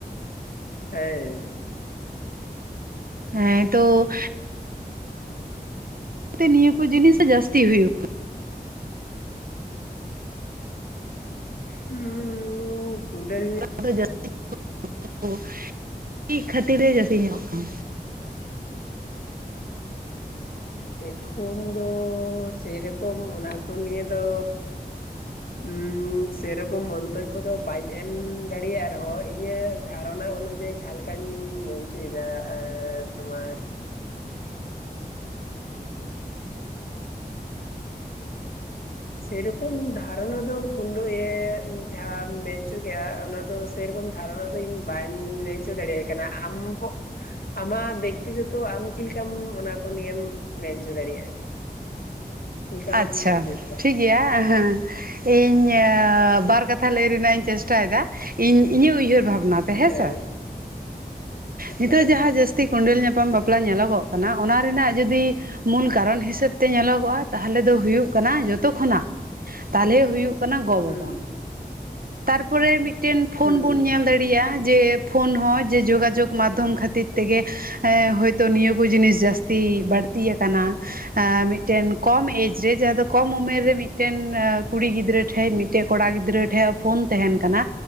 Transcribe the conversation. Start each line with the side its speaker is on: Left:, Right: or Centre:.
Left: ᱦᱮᱸ,
Right: ᱦᱮᱸ ᱛᱚ ᱛᱮ ᱱᱤᱭᱟᱹ ᱠᱚ ᱡᱤᱱᱤᱥ ᱡᱟᱥᱛᱤ ᱦᱩᱭᱩᱜ
Left: ᱦᱩᱸ ᱠᱩᱸᱰᱮᱞ
Right: <inaudible> ᱠᱷᱟᱹᱛᱤᱨᱮ ᱡᱟᱹᱥᱛᱤ ᱧᱮᱞᱚᱜ ᱠᱟᱱᱟ᱾
Left: ᱮᱠᱷᱚᱱ ᱫᱚ ᱥᱮᱨᱚᱠᱚᱢ ᱚᱱᱟ ᱠᱚ ᱱᱤᱭᱟᱹ ᱫᱚ ᱦᱩ ᱥᱮᱨᱚᱠᱚᱢ ᱢᱚᱛᱚᱡᱵᱚ ᱫᱚ ᱵᱟᱭ ᱮᱢ ᱫᱟᱲᱮᱭᱟᱜ ᱨᱮᱦᱚᱸᱭ ᱤᱧᱟᱹᱜ ᱫᱷᱟᱨᱚᱱᱟ ᱚᱱᱩᱡᱟᱭᱤ ᱡᱟᱦᱟᱸ ᱞᱮᱠᱟᱧ ᱢᱮᱱ ᱚᱪᱚᱭᱮᱫᱟ ᱟᱨ ᱛᱳᱢᱟᱨ <unintelligible> ᱥᱮᱨᱚᱠᱚᱢ ᱫᱷᱟᱨᱚᱱᱟ ᱫᱚ ᱠᱩᱱᱸᱰᱩ ᱮᱢ ᱡᱟᱦᱟᱢᱸ ᱢᱮᱱᱪᱚ ᱠᱮᱜᱼᱟ ᱚᱱᱟ ᱫᱚ ᱥᱮᱨᱚᱠᱚᱢ ᱫᱷᱟᱨᱱᱟ ᱫᱚ ᱤᱧ ᱵᱟᱹᱧ ᱞᱟᱹᱭ ᱦᱚᱪᱚ ᱫᱟᱲᱮᱭ ᱠᱟᱱᱟ ᱟᱢ ᱯᱚ ᱟᱢᱟᱜ ᱵᱮᱠᱛᱤᱜᱚᱛᱚ ᱟᱢ ᱪᱮᱫ ᱞᱮᱠᱟᱢ ᱚᱱᱟ ᱠᱚ ᱱᱤᱭᱮᱢ ᱢᱮᱱᱪᱚ ᱫᱟᱲᱤᱭᱟᱜᱼᱟ? <unintelligible>
Right: ᱟᱪᱪᱷᱟ
Left: ᱦᱩᱫᱤᱥ ᱫᱟ?
Right: ᱴᱷᱤᱠ ᱜᱮᱭᱟ ᱦᱮᱸ, ᱤᱧ ᱵᱟᱨ ᱠᱟᱛᱷᱟ ᱞᱟᱹᱭ ᱨᱮᱱᱟᱜ ᱤᱧ ᱪᱮᱥᱴᱟᱭᱮᱫᱟ ᱤᱧ ᱤᱧᱟᱹᱜ ᱩᱭᱦᱟᱹᱨ ᱵᱷᱟᱵᱱᱟ᱾ ᱱᱟᱛᱮ ᱦᱮᱸᱥᱮ,
Left: ᱦᱮᱸ
Right: ᱱᱤᱛᱚᱜ
Left: ᱦᱮᱸ
Right: ᱡᱟᱦᱟᱸ ᱡᱟᱹᱥᱛᱤ ᱠᱚᱸᱰᱮᱞ ᱧᱟᱯᱟᱢ ᱵᱟᱯᱞᱟ ᱧᱮᱞᱚᱜᱚᱜ ᱠᱟᱱᱟ ᱚᱱᱟ ᱨᱮᱱᱟᱜ ᱡᱩᱚᱫᱤ ᱢᱩᱞ ᱠᱟᱨᱚᱱ ᱦᱤᱥᱟᱹᱵ ᱛᱮ ᱧᱮᱞᱚᱜᱚᱜᱼᱟ ᱛᱟᱦᱚᱞᱮ ᱫᱚ ᱦᱩᱭᱩᱜ ᱠᱟᱱᱟ ᱡᱚᱛᱚ ᱠᱷᱚᱱᱟᱜ ᱛᱟᱦᱚᱞᱮ ᱦᱩᱭᱩᱜ ᱠᱟᱱᱟ ᱜᱚ
Left: ᱦᱩᱸ
Right: ᱵᱟᱵᱟ᱾ ᱛᱟᱨᱯᱚᱨᱮ ᱢᱤᱫᱴᱮᱱ ᱯᱷᱳᱱ
Left: ᱦᱩᱸ
Right: ᱵᱚᱱ ᱧᱮᱞ ᱫᱟᱲᱮᱭᱟᱜᱼᱟ ᱡᱮ ᱯᱷᱳᱱ ᱦᱚᱸ ᱡᱮ ᱡᱳᱜᱟᱡᱳᱜᱽ ᱢᱟᱫᱽᱫᱷᱚᱢ ᱠᱷᱟᱹᱛᱤᱨ ᱛᱮᱜᱮ ᱮᱸ ᱦᱚᱳᱭᱛᱳ ᱱᱤᱭᱟᱹ ᱠᱚ ᱡᱤᱱᱤᱥ ᱡᱟᱹᱥᱛᱤ ᱵᱟᱹᱲᱛᱤ ᱟᱠᱟᱱᱟ᱾ ᱟᱸ ᱢᱤᱫᱴᱮᱱ ᱠᱚᱢ ᱮᱡᱽ <unintelligible> ᱨᱮ ᱡᱟᱦᱟᱸ ᱫᱚ ᱠᱚᱢ ᱩᱢᱮᱨ ᱨᱮ ᱢᱤᱫᱴᱮᱱ ᱠᱩᱲᱤ ᱜᱤᱫᱽᱨᱟᱹ ᱴᱷᱮᱡ ᱢᱤᱫᱴᱮᱡ ᱠᱚᱲᱟ ᱜᱤᱫᱽᱨᱟᱹ ᱴᱷᱮᱡ ᱯᱷᱳᱱ ᱛᱟᱦᱮᱱ ᱠᱟᱱᱟ